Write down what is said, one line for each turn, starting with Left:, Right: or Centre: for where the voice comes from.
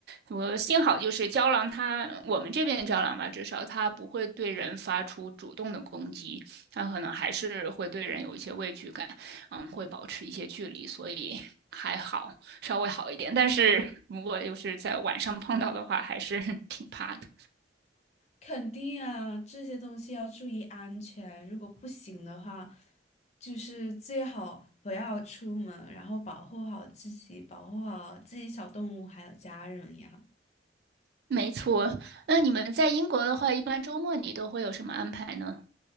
Right: 我幸好就是胶囊它，我们这边的胶囊吧，至少它不会对人发出主动的攻击，它可能还是会对人有一些畏惧感，嗯，会保持一些距离，所以还好，稍微好一点。但是如果就是在晚上碰到的话，还是 <laughs> 挺怕的。
Left: 肯定啊，这些东西要注意安全。如果不行的话，就是最好不要出门，然后保护好自己，保护好自己小动物还有家人呀。
Right: 没错，那你们在英国的话，一般周末你都会有什么安排呢？